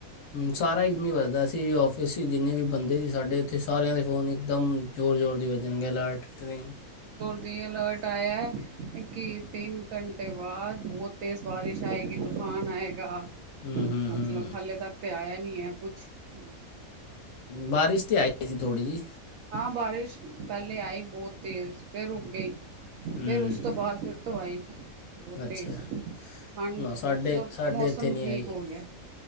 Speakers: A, on the left; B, on the right.
A: ਸਾਰਾ ਇੱਕ ਦਮ ਹੀ ਬਜਦਾ ਸੀ ਔਫਿਸ ਚ ਜਿੰਨੇ ਵੀ ਬੰਦੇ ਸੀ ਸਾਡੇ ਉੱਥੇ ਸਾਰਿਆਂ ਦੇ ਫੋਨ ਇਕਦਮ ਜ਼ੋਰ ਜ਼ੋਰ ਦੀ ਵੱਜਣਗੇ ਅਲਰਟ ਟਰੀ
B: ਇਹ ਅਲਰਟ ਆਇਆ ਕਿ ਤਿੰਨ ਘੰਟੇ ਬਾਅਦ ਬਹੁਤ ਤੇਜ਼ ਬਾਰਿਸ਼ ਆਏਗੀ ਤੂਫ਼ਾਨ ਆਏਗਾ।
A: ਹੂੰ ਹੂੰ
B: ਮਤਲਬ
A: ਹੂੰ
B: ਹਾਲੇ ਤੱਕ ਤੇ ਆਇਆ ਨ <unintelligible>
A: ਬਾਰਿਸ਼ ਤੇ ਆਈ ਸੀ ਥੋੜੀ ਜੀ
B: ਬਾਰੇ ਪਹਿਲੇ ਆਈ ਬਹੁਤ ਤੇਰ ਹੋ ਗਈ
A: ਹੂੰ
B: ਫਿਰ ਉਸ ਤੋਂ ਬਾਅਦ ਫਿਰ <unintelligible>
A: ਅੱਛਾ,
B: ਤੇਜ਼ ਠੰਡ
A: ਨਾ ਸਾਡੇ
B: ਮਤਲਬ
A: ਸਾਡੇ
B: ਮੌਸਮ
A: ਇੱਥੇ ਨੀ
B: ਠੀਕ
A: ਆਈ।
B: ਹੋ ਗਿਆ